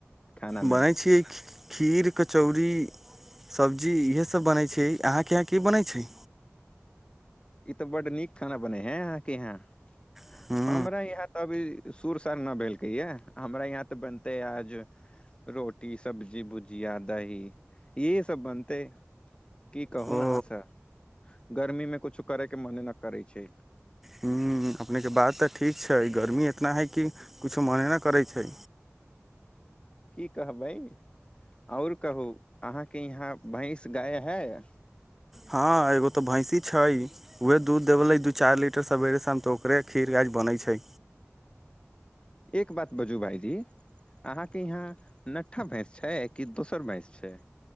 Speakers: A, on the left; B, in the centre.
A: खाना
B: बनै
A: मे
B: छिय खीर कचौड़ी सब्जी इहे सब बनै छै अहाँके यहाँ की बनै छै
A: ई तऽ बड्ड नीक खाना बने हैं यहाँके यहाँ
B: हूँ
A: हमरा यहाँ तऽ अभी सुर सड़ न भेलकै यए हमरा यहाँ तऽ बनतै आज रोटी सब्जी भुजिया दही यह सब बनतै की कहू
B: ओ
A: अहाँसँ गर्मी मे कुछु मने न करै छै
B: हूँ अपनेके बात तऽ ठीक छै गर्मी इतना है कि किछो मने नहि करै छै
A: की कहबै आओर कहू अहाँके यहाँ भैंस गाय हइ
B: हँ एगो तऽ भैँसी छै उएह दूध देबेलै दू चारि लीटर सवेरे शाम तऽ ओकरे खीर गाछ बनै छै
A: एक बात बाजू भाायजी अहाँके यहाँ नठ्ठा भैंस छै कि दोसर भैंस छै